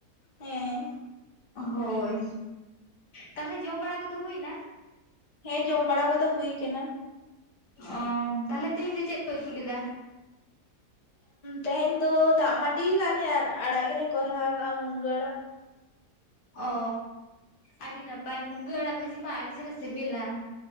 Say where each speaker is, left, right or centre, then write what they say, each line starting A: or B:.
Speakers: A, on the left; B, on the left.
A: ᱦᱮᱸ
B: ᱦᱳᱭ ᱛᱟᱦᱚᱞᱮ ᱡᱚᱢ ᱵᱟᱲᱟ ᱠᱚᱫᱚ ᱦᱩᱭ ᱮᱱᱟ?
A: ᱦᱮᱸ ᱡᱚᱢ ᱵᱟᱲᱟ ᱠᱚᱫᱚ ᱦᱩᱭ ᱠᱟᱱᱟ᱾
B: ᱚ ᱛᱟᱦᱚᱞᱮ ᱛᱮᱦᱤᱧ ᱫᱚ ᱪᱮᱫ ᱯᱮ ᱩᱛᱩ ᱞᱮᱫᱟ?
A: ᱛᱮᱦᱮᱧ ᱫᱚ ᱫᱟᱜ ᱢᱟᱹᱰᱤ ᱠᱟᱜ ᱞᱮ ᱟᱨ ᱟᱲᱟᱜ ᱜᱮᱞᱮ ᱠᱚᱨᱦᱟᱣ ᱠᱟᱜᱼᱟ ᱢᱩᱱᱜᱟᱹᱜ ᱟᱲᱟᱜ
B: ᱚ ᱟᱹᱰᱤ ᱱᱟᱯᱟᱭ ᱢᱩᱱᱜᱟᱹ ᱟᱲᱟᱜ ᱵᱷᱟᱹᱡᱤ ᱢᱟ ᱟᱹᱰᱤ ᱪᱮᱦᱨᱟ ᱥᱤᱵᱤᱞᱟ᱾